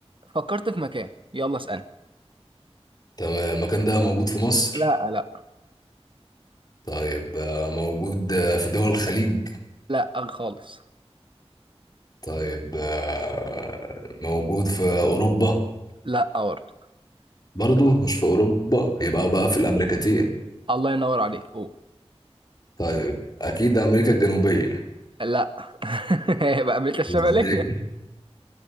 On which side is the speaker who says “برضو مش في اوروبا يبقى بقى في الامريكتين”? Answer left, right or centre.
Left